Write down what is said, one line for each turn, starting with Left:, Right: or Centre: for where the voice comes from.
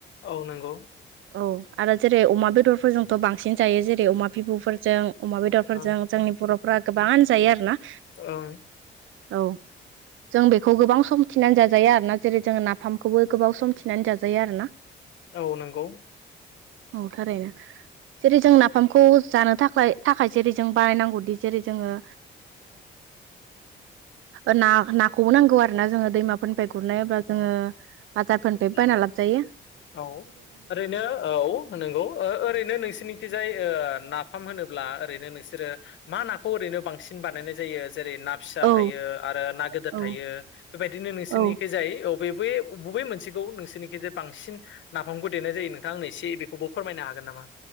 Left: औ नोंगौ।
Right: औ आरो जेरै अमा बेदरफोरजोंथ' बांसिन जायो जेरै अमा बिबुफोरजों अमा बेदरफोरजों
Left: ओं
Right: जोंनि बर'फ्रा गोबां जायो आरोना।
Left: ओं।
Right: औ जों बेखौ गोबां सम थिनानै जाजाया आरो ना जेरै जोंङ नाफामखौबो गोबाव सम थिनानै जाजा आरो ना
Left: औ नंगौ
Right: औ थारैनो जेरै जों नाफामखौ जानो थाखाय थाखाय जेरै जों बानायनांगौदि जेरै जोङो ना नाखौबो नांगौ आरोना जोङो दैमाफोरनिफ्राय गुरनायाब्ला जोङो बाजारफोरनिफ्राय बायना
Left: औ
Right: लाबोजायो
Left: औ ओरैनो औ नंगौ ओरैनो नोंसिनि जाय नाफाम होनोब्ला ओरैनो नोंसोरो मा नाखौ ओरैनो बांसिन बानायनाय जायो जेरै ना फिसा
Right: औ
Left: थायो आरो ना गदेर
Right: औ
Left: थायो बेबायदिनो नोंसोरनिखै
Right: औ
Left: जाय बे बबे मोनसे मोनसेखौ नोंसोरनिखि जे बांसिन नाफामखौ देनाय जायो नोंथां आंनो एसे बेखौबो फोरमायनो हागोन नामा